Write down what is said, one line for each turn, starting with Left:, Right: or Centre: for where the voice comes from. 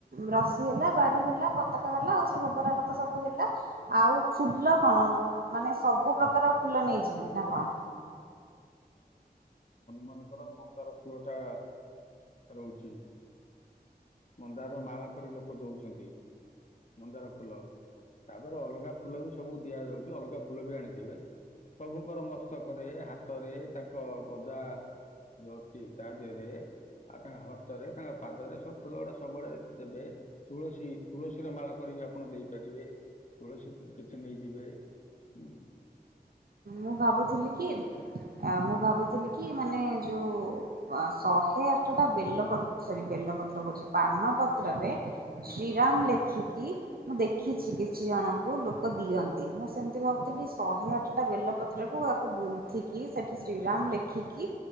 Right: ରସି ହେଲା ବାଡି ହେଲା ପତାକା ହେଲା ଆଉ ସେ ଭୋଗରା କଥା ସବୁ ହେଲା ଆଉ ଫୁଲ କଣ ମାନେ ସବୁ ପ୍ରକାର ଫୁଲ ନେଇଯିବି ନା କଣ?
Left: ମାନଙ୍କର ମନ୍ଦାର ଫୁଲ ଟା ରହୁଛି ମନ୍ଦାର ମାଳ କରି ଲୋକ ଦଉଛନ୍ତି। ମନ୍ଦାର ଫୁଲ ତାପରେ ଅଲଗା ଫୁଲ ବି ସବୁ ଦିଆଯାଉଛି ଅଲଗା ଫୁଲ ବି ଆଣିଥିବେ। ପ୍ରଭୁଙ୍କର ମସ୍ତକରେ ହାତରେ ତାଙ୍କ ଗଦା ଯୋଉ ଅଛି ତା ଦେହରେ ଆଉ ତାଙ୍କ ହସ୍ତରେ ତାଙ୍କ ପାଦରେ ସବୁ ଫୁଲ ଗୁଡା ସବୁଆଡେ ଦେବେ ତୁଳସୀ ତୁଳସୀରେ ମାଳ କରିକି ଆପଣ ଦେଇପାରିବେ ତୁଳସୀ କିଛି ନେଇଯିବେ ହଁ
Right: ମୁଁ ଭାବୁଥିଲି କି ମୁଁ ଭାବୁଥିଲି କି ମାନେ ଯୋଉ ଶହେ ଆଠଟା ବେଲ ସରି ବେଲପତ୍ର କହୁଛି ପାନ ପତ୍ରରେ
Left: ହଁ।
Right: ଶ୍ରୀରାମ ଲେଖିକି ମୁଁ ଦେଖିଛି କିଛି ଜଣଙ୍କୁ ଲୋକ ଦିଅନ୍ତି ମୁଁ ସେମିତି ଭାବୁଥିଲି ଶହେ ଆଠ ଟା ବେଲପତ୍ରକୁ ତାକୁ ଗୁନ୍ଥିକି ସେଠି ଶ୍ରୀରାମ ଲେଖିକି